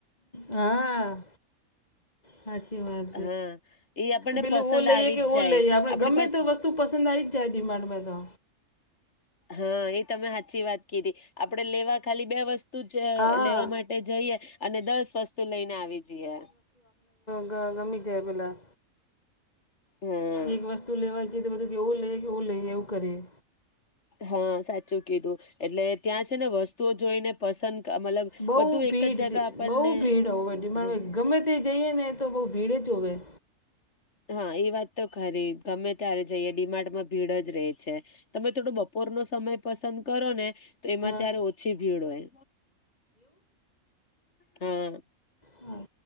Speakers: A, on the left (about 30°); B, on the left (about 55°).
A: હા સાચી વાત
B: હા એ આપણને
A: પેલું
B: પસંદ
A: ઓ લઈએ
B: આવી
A: કે
B: જ
A: ઓ
B: જાય
A: લઈએ આપડે
B: આપણી
A: ગમે
B: પાસે
A: તો વસ્તુ પસંદ આવી જ જાય ડિમાન્ડમાં તો
B: હા એ તમે હાચી વાત કીધી આપડે લેવા ખાલી બે વસ તું જ
A: હા
B: લેવા માટે જઈએ અને દસ વસ તુ લઈને આવી જઈએ
A: ગ ગમી જાય પેલા
B: હમ
A: એક વસ્તુ લેવા બધું કેવું લઈ કેવું લઈ એવું કરી
B: હા સા શું કીધું એટલે ત્યાં જ છેને વસ્તુઓ જોઈને પસંદ મતલબ
A: બઉ
B: બધું
A: ભીડ
B: એક જ જગા આપણને
A: બઉ ભીડ હોમા
B: હમ
A: ગમે તે જઈએ ને તો બહુ ભીડજ હોવે
B: હા એ વાત તો ખરી. ગમે ત્યારે જઈએ ડિમાર્ટ માં ભીડજ રે છે તમે થોડો બપોર નો સમય પસંદ કરો ને તો એમાં
A: હા
B: ત્યારે ઓછી ભીડ હોય. હા.
A: હા